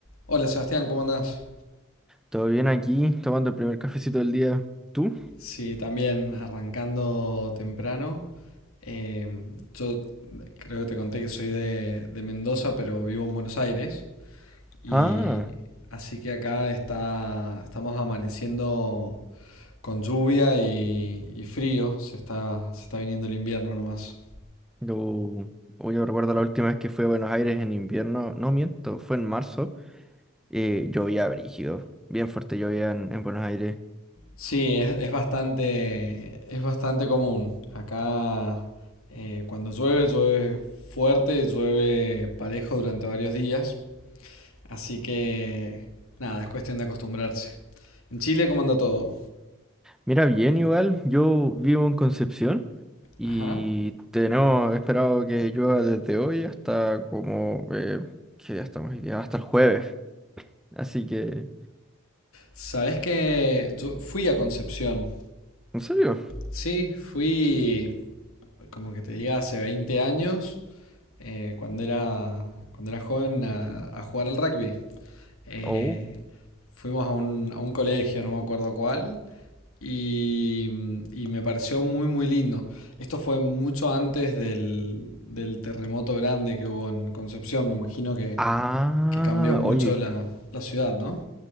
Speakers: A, on the left; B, in the centre.
A: Hola Sebastián, ¿cómo andás?
B: Todo bien aquí, tomando el primer cafecito del día. ¿Tú?
A: Sí, también arrancando temprano. Eh, yo creo que te conté que soy de, de Mendoza, pero vivo en Buenos Aires. Y
B: Ah,
A: así que acá está, estamos amaneciendo con lluvia y, y frío. Se está, se está viniendo el invierno nomás.
B: yo, oh, yo recuerdo la última vez que fui a Buenos Aires en invierno. No miento, fue en marzo. Eh, llovía brígido, bien fuerte llovía en, en Buenos Aires.
A: Sí, es, es bastante, es bastante común. Acá eh, cuando llueve, llueve fuerte, llueve parejo durante varios días. Así que nada, es cuestión de acostumbrarse. En Chile, ¿cómo anda todo?
B: Mira, bien igual, yo vivo en Concepción y
A: Ajá.
B: tenemos esperado que llueva desde hoy hasta como eh, que ya estamos hoy día, hasta el jueves. Así que,
A: Sabes que yo fui a Concepción.
B: ¿en serio?
A: Sí, fui como que te diga, hace 20 años, eh, cuando era, cuando era joven, a, a jugar al rugby. Eh,
B: Oh.
A: fuimos a un, a un colegio, no me acuerdo cuál, y, y me pareció muy, muy lindo. Esto fue mucho antes del, del terremoto grande que hubo en Concepción, me imagino que,
B: Ah,
A: que cambió mucho
B: oye.
A: la, la ciudad, ¿no?